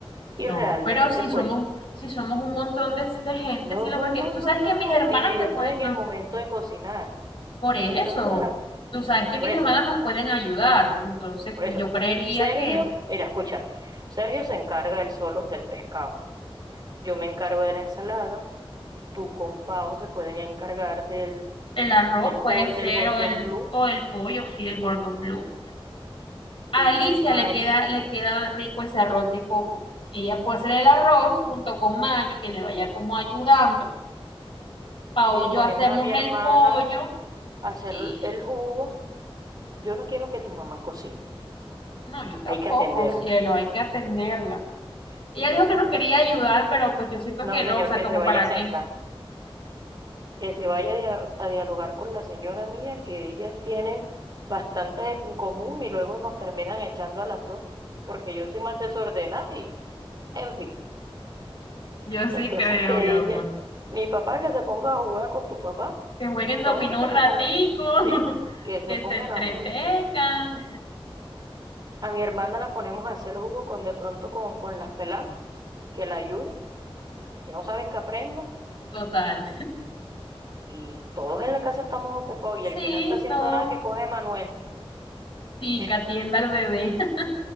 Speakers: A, on the right (about 45°); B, on the left (about 60°).
A: y
B: No,
A: realmente,
B: pero si
A: pues,
B: somos, si somos un montón de, de gente,
A: no,
B: sí, lo-
A: no,
B: porque
A: no,
B: tú
A: no,
B: sabes
A: no,
B: que
A: no,
B: mis hermanas
A: dividirnos
B: te pueden,
A: en el
B: no
A: momento de cocinar,
B: Por
A: no
B: eso,
A: de tanto de la...
B: tú sabes que
A: Por
B: mis
A: eso,
B: hermanas nos pueden ayudar, entonces
A: por
B: yo
A: eso,
B: creería
A: Sergio,
B: que
A: mira, escúchame, Sergio se encarga él solo del pescado, yo me encargo de la ensalada, tú con Pau se pueden encargar del,
B: el arroz
A: del pollo,
B: puede ser
A: del gordón
B: o el,
A: blue,
B: o el pollo, sí, el Gordon Blue. A
A: eh,
B: Alicia
A: Mayu,
B: le queda, le queda rico ese arroz de coco. Ella puede hacer el arroz junto con Mayo, que le vaya como ayudando. Pao
A: mi-
B: y
A: ponemos
B: yo hacemos
A: a mi hermana
B: el pollo
A: a hacer
B: y
A: el jugo, yo no quiero que tu mamá cocine,
B: no, yo tampoco,
A: hay que atenderla.
B: cielo, hay que atenderla. Ella dijo que nos quería ayudar, pero pues yo siento
A: No,
B: que
A: señor,
B: no, o sea,
A: que
B: como
A: se vaya
B: para
A: a sentar,
B: qué.
A: que se vaya a, dia- a dialogar con la señora mía, que ellas tienen bastantes en común y luego nos terminan echando a las dos, porque yo soy más desordenada y, en fin.
B: Yo sí
A: Entonces
B: creo,
A: que
B: mi amor.
A: ella, mi papá que se ponga a jugar con tu papá,
B: que jueguen
A: los
B: dominó
A: hombres que
B: un
A: se
B: ratico,
A: pongan,
B: <laughs>
A: sí, que se
B: que
A: pongan
B: se entretengan.
A: a jugar. A mi hermana la ponemos a hacer jugo con de pronto con, con las peladas, que la ayuden, que no saben que aprenda
B: Total.
A: Y todos en la casa estamos ocupados y
B: Sí,
A: el que no está haciendo
B: todo.
A: nada que coge Manuel.
B: Sí,
A: <laughs>
B: que atienda al bebé. <laughs>